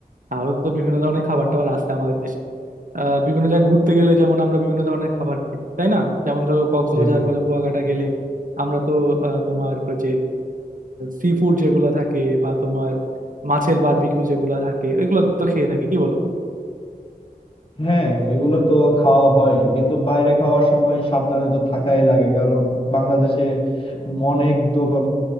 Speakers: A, on the right; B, on the left.
A: আরো তো বিভিন্ন ধরনের খাবার টাবার আছে আমাদের দেশে আহ বিভিন্ন জায়গায় ঘুরতে গেলে যেমন আমরা বিভিন্ন ধরনের খাবার খাই তাই না যেমন ধরো কক্সবাজার
B: জি
A: বা কুয়াকাটা গেলে আমরা তো আহ, তোমার ওই যে সি ফুড যেগুলো থাকে বা তোমার মাছের বারবিকিউ যেগুলো থাকে এগুলো তো খেয়ে থাকি কি বলো
B: হ্যাঁ এগুলো তো খাওয়া হয় কিন্তু বাইরে খাওয়ার সময় সাবধানে তো থাকাই লাগে কারণ বাংলাদেশে অনেক দোকান